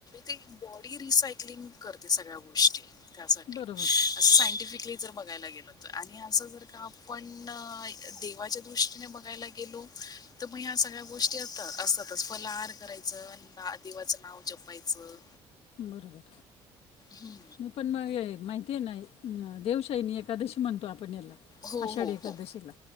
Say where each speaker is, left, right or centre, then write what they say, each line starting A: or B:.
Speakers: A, on the left; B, on the left.
A: ते बॉडी रिसायकलिंग करते सगळ्या गोष्टी त्यासाठी
B: बरोबर,
A: अस सांटिफ बघायला गे अस ज का आपण दे गोष्टी बघायला गेलो तर ह सगळ्या गोष्टी अस असतातच फलार करायच आदिवाचं नाव जपायचं
B: बरोबर
A: हं.
B: मी पण मग माहिती ते नाही देवशाहीनी एकादशी म्हणतो आप आपला
A: हो,
B: आषाढी
A: हो,
B: एकादशीला
A: हो.